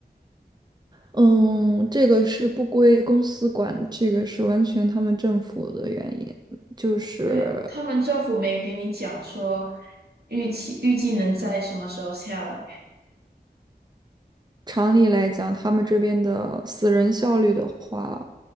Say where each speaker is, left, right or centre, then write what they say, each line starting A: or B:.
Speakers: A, on the right; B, on the right.
A: 嗯，这个是不归公司管，这个是完全他们政府的原因。就是
B: 对，他们政府没给你讲说预期预计能在什么时候下来。
A: 常理来讲，他们这边的死人效率的话，